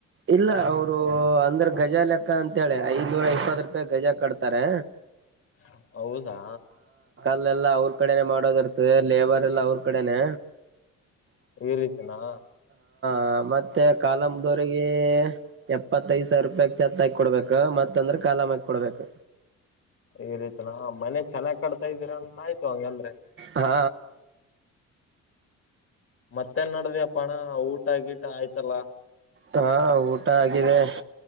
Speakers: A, on the right; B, on the left.
A: ಇಲ್ಲ ಅವರು ಅಂದ್ರೆ ಗಜ ಲೆಕ್ಕ ಅಂತ ಹೇಳೇಳಿ ಐದ್ನೂರ ಇಪ್ಪತ್ ರೂಪಾಯಿ ಗಜ ಕಟ್ತಾರೆ
B: ಹೌ ಹೌದಾ
A: ಲ್ಲೆಲ್ಲಾ ಅವ್ರ ಕಡೆನೆ ಮಾಡೋದಿ ಇರ್ತ ಲೇಬರ್ ಎಲ್ಲ ಅವ್ರ ಕಡೆನೆೇ
B: ಈ ರೀತನಾ
A: ಹ ಮತ್ತೆ ಕಾಲಮ್ದವರಿಗೆ ಎಪ್ಪತ್ತೈದ್ ಸಾವಿರ ರೂಪಾಯಕ್ ಛತ್ತ ಹಾಕಿ ಕೊಡ್ಬೇಕ ಮತ್ತ ಅಂದ್ರೆ ಕಾಲಂ ಹಾಕ ಕೊಡ್ಬೇಕು
B: ಈ ರೀತನಾ ಮನೆ ಚೆನ್ನಾಗ್ ಕಡ್ತಾ ಇದೀರಾ ಅಂತ ಆಯ್ತು ಹಂಗ ಅಂದ್ರೆ
A: ಹಾ
B: ಮತ್ತೇನ್ ನಡ್ದಪ್ಪಣ ಊಟ ಆಗಿಟ್ಟ ಆಯ್ತಲ್ಲ
A: ಹಾ ಊಟ ಆಗಿದೆ